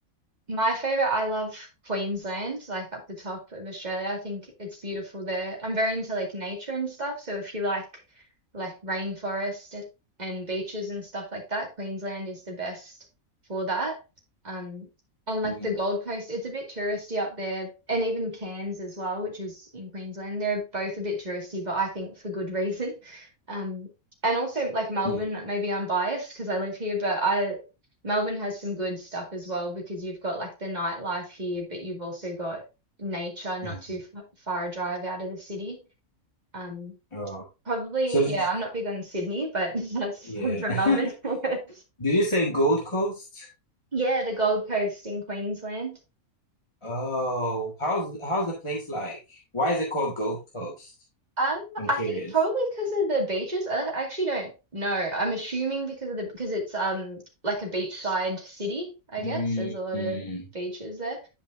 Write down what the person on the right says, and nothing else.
My favorite, I love Queensland, like up the top of Australia. I think it's beautiful there. I'm very into like nature and stuff. So if you like like rainforest and and beaches and stuff like that, Queensland is the best for that. Um, and like
the Gold Coast, it's a bit touristy up there, and even Cairns as well, which is in Queensland. They're both a bit touristy, but I think for good reason. <laughs> Um, and also like Melbourne,
maybe I'm biased because I live here, but I Melbourne has some good stuff as well because you've got like the nightlife here, but you've also got nature not
too f far a drive out of the city. Um,
probably,
yeah,
I'm not big on Sydney, but <laughs> that's
I'm from Melbourne. <laughs>
Yeah, the Gold Coast in Queensland.
Um,
I
think probably because of the beaches. I actually don't know. I'm assuming because of the because it's um like a beachside city, I guess.
There's a lot
of beaches there.